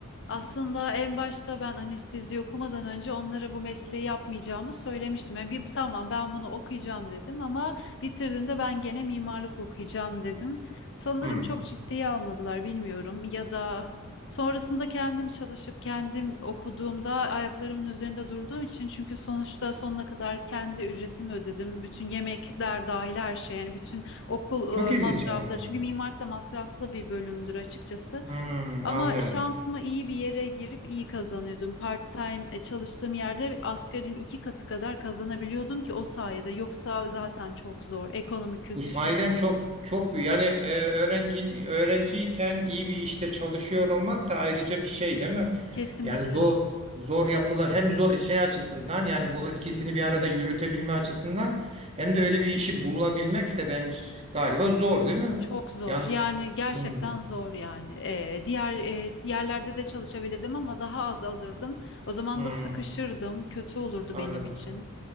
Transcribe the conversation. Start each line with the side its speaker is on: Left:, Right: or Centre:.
Left: Aslında en başta ben anestezi okumadan önce onlara bu mesleği yapmayacağımı söylemiştim. Yani bir tamam ben bunu okuyacağım dedim ama bitirdiğimde ben gene mimarlık okuyacağım dedim. Sanırım
Right: Hmm.
Left: çok ciddiye almadılar bilmiyorum ya da sonrasında kendim çalışıp kendim okuduğumda ayaklarımın üzerinde durduğum için çünkü sonuçta sonuna kadar kendi ücretimi ödedim. Bütün yemekler dahil her şey yani bütün okul
Right: Çok
Left: e,
Right: ilginç
Left: masrafları
Right: ama.
Left: çünkü mimarlık da masraflı bir bölümdür açıkçası.
Right: Hmm,
Left: Ama
Right: anlıyorum.
Left: şansıma iyi bir yere girip iyi kazanıyordum. Part-time e, çalıştığım yerde asgarin iki katı kadar kazanabiliyordum ki o sayede. Yoksa zaten çok zor. Ekonomi kötü
Right: Bu sahiden
Left: çünkü.
Right: çok çok büyük. Yani e, öğrenci öğrenciyken iyi bir işte çalışıyor olmak da ayrıca bir şey değil mi?
Left: Kesinlikle.
Right: Yani zor zor yapılı hem zor şey açısından yani bu ikisini bir arada yürütebilme açısından hem de öyle bir işi bulabilmek de ben galiba zor değil mi?
Left: Çok zor.
Right: Yanlış.
Left: Yani gerçekten
Right: Hmm,
Left: zor yani. E, diğer e, yerlerde de çalışabilirdim ama daha az alırdım. O zaman
Right: hmm,
Left: da sıkışırdım. Kötü olurdu
Right: anladım.
Left: benim için.